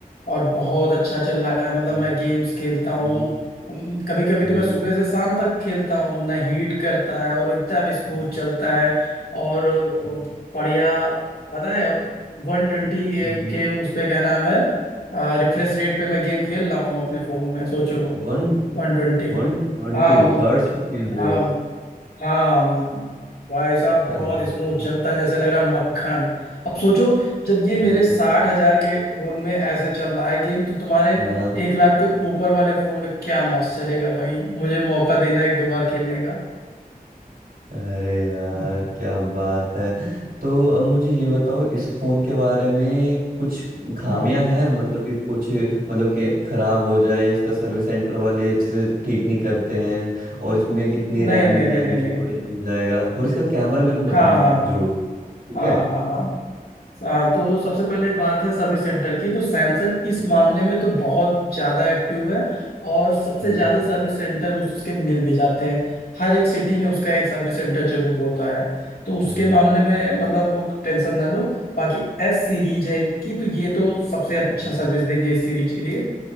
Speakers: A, on the left; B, on the right.
A: और बहुत अच्छा चल रहा है मतलब
B: हम्म
A: मैं गेम्स खेलता
B: हम्म
A: हूँ कभी कभी
B: हम्म
A: तो मैं सुबह से शाम तक खेलता हूँ ना हीट करता है और एकदम स्मूथ
B: हम्म,
A: चलता है और अ,
B: हम्म,
A: बढ़िया पता है वन ट्वेंटी
B: हम्म,
A: के उस पे क्या नाम है रिफ्रेश रेट पे मैं गेम खेल रहा हूँ अपने फ़ोन में सोचो तुम
B: वन
A: One twenty
B: वन ट्वेंटी
A: हाँ वो
B: हर्ट्स पे खेल रहे
A: हाँ
B: हो
A: हाँ भाई साहब
B: क्या
A: बहुत
B: बात
A: स्मूथ
B: है
A: चलता है जैसे लग रहा है मक्खन अब सोचो जब ये
B: हम्म,
A: मेरे साठ हजार के फोन में ऐसे चल रहा है गेम तो तुम्हारे
B: हाँ
A: एक लाख के ऊपर वाले फोन में क्या मस्त चलेगा भाई मुझे मौका देना एक दो बार खेलने का
B: अरे यार
A: <laughs>
B: क्या बात है तो अब मुझे ये बताओ इस फोन के बारे में कुछ खामियां
A: हाँ
B: हैं मतलब कि कुछ मतलब कि खराब हो जाए या इसका सर्विस सेंटर वाले अच्छे से ठीक नहीं करते हैं और इसमें कितनी
A: नहीं
B: रैम मिल
A: नहीं नहीं
B: जाएगी
A: नहीं
B: स्टोरेज
A: नहीं
B: मिल जाएगा और इसका कैमरा मेरे को बताना
A: हाँ हाँ
B: जरूर ठीक
A: हाँ
B: है
A: हाँ हाँ आ, तो सबसे पहले बात है सर्विस सेंटर की तो सैमसंग इस
B: हम्म
A: मामले में तो बहुत ज़्यादा एक्टिव है और सबसे
B: हम्म
A: ज़्यादा सर्विस सेंटर उसके मिल भी जाते हैं हर एक सिटी में उसका एक सर्विस सेंटर जरूर होता है तो
B: हम्म
A: उसके मामले में मतलब टेंशन ना लो बाकी एस सीरीज है इनकी तो ये तो सबसे अच्छा
B: हम्म
A: सर्विस देंगे इस सीरीज के लिए